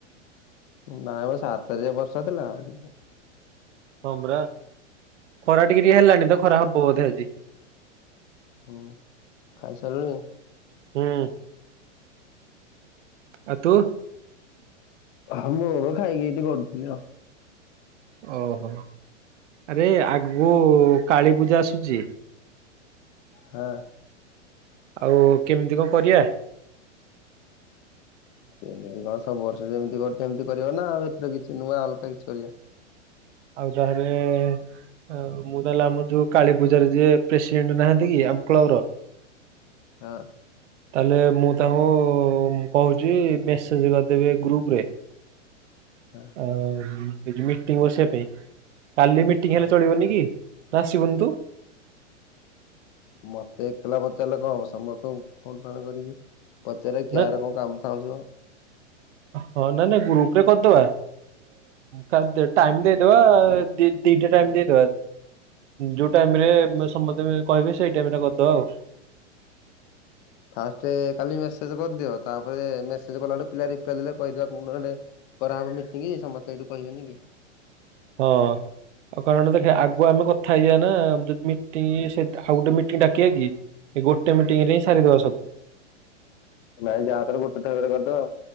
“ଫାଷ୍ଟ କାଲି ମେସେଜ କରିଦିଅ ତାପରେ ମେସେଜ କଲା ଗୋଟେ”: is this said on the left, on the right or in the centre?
Left